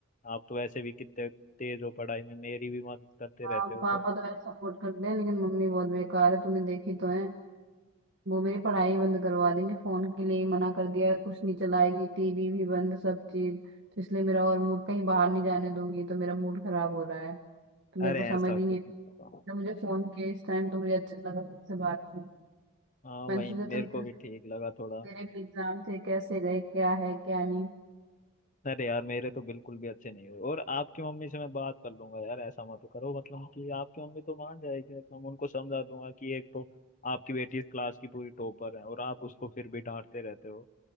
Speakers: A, on the left; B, on the right.
A: आप तो वैसे भी कितने तेज हो पढ़ाई में मेरी भी मदद करते
B: हाँ
A: रहते हो
B: पापा
A: तो
B: तो यार सपोर्ट करते हैं लेकिन मम्मी बहुत बेकार है तूने देखी तो है वो मेरी पढ़ाई बंद करवा देंगे फोन के लिए ही मना कर दिया है कुछ नहीं चलाएगी टीवी भी बंद सब चीज तो इसलिए मेरा और मूड कहीं बाहर नहीं जाने दूंगी तो मेरा मूड खराब हो रहा है तो मेरे
A: अरे
B: को समझ
A: ऐसा
B: ही
A: कुछ
B: नहीं आता
A: नहीं होगा
B: मुझे फोन किया इस टाइम तो मुझे अच्छा लगा तुझसे बात की
A: हाँ
B: मैंने
A: वही
B: सोचा
A: मेरे
B: चल
A: को
B: तेरे
A: भी
B: से-
A: ठीक लगा थोड़ा
B: तेरे भी एग्जाम थे कैसे गए क्या है क्या नहीं
A: अरे यार मेरे तो बिल्कुल भी अच्छे नहीं हुए और आपकी मम्मी से मैं बात कर लूंगा यार ऐसा मत करो मतलब कि आपकी मम्मी तो मान जाएगी मतलब मैं उनको समझा दूंगा कि एक तो आपकी बेटी इस क्लास की पूरी टॉपर है और आप उसको फिर भी डांटते रहते हो